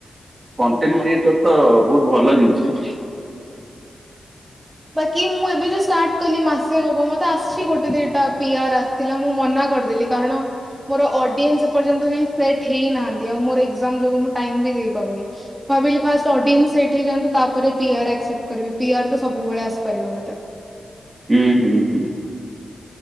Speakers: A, on the right; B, on the right.
A: କଣ୍ଟେଣ୍ଟ କ୍ରିଏଟର ତ ବହୁତ ଭଲ ଜିନିଷ।
B: ବାକି ମୁଁ ଏବେ ଯୋଉ ଷ୍ଟାର୍ଟ କଲି ମାସେ ହବ। ମତେ ଆସିଛି ଗୋଟେ ଦିଟା ପିଆରା ଥିଲା। ମୁଁ ମନା କରିଦେଲି, କାରଣ ମୋର ଅଡିଏନ୍ସ ଏପର୍ଯ୍ୟନ୍ତ ସେଟ୍ ହେଇନାହାନ୍ତି। ଆଉ ମୋର ଏକ୍ଜାମ ଯୋଗୁ ମୁଁ ଟାଇମ ବି ଦେଇପାରୁନି। ଭାବିଲି ଫାଷ୍ଟ ଅଡିଏନ୍ସ ସେଟ୍ ହୋଇ ଯାନ୍ତୁ। ତାପରେ ପିଆର୍ ଆକ୍ସେପ୍ଟ କରିବି। ପିଆର ତ ସବୁବେଳେ ଆସିପାରିବ ମତେ।
A: ହୁଁ, ହୁଁ, ହୁଁଁ।